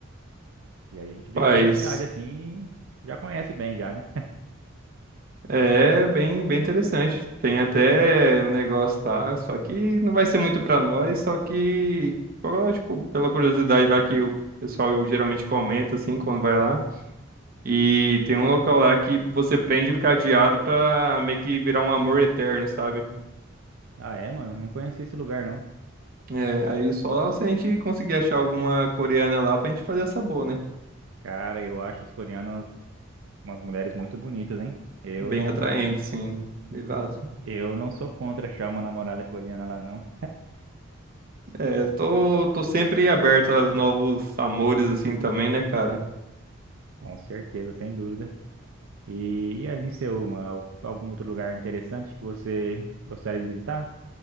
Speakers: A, on the right (about 75°); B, on the right (about 45°).
A: E aí a gente vê
B: Faz.
A: toda a cidade assim, e já conhece bem já, né?
B: É bem, bem interessante. Tem até um negócio lá, só que não vai ser muito pra nós, só que, ó, tipo, pela curiosidade lá que o pessoal geralmente comenta, assim, quando vai lá. E tem um local lá que você prende o cadeado pra meio que virar um amor eterno, sabe?
A: Ah, é, mano, não conhecia esse lugar não.
B: É, aí só se a gente conseguir achar alguma coreana lá pra gente fazer essa boa, né?
A: Cara, eu acho as coreanas umas mulheres muito bonitas, hein? Eu
B: Bem
A: não,
B: atraente, sim. Exato.
A: eu não sou contra achar uma namorada coreana lá, não.
B: É, eu tô, tô sempre aberto a novos amores, assim, também, né, cara?
A: Com certeza, sem dúvida. E, e ali em Seul, mano, al- algum outro lugar interessante que você gostaria de visitar?